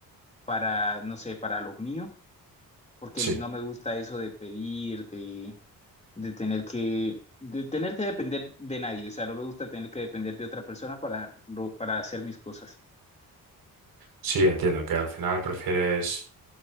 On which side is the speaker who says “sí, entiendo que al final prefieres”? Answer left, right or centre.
Right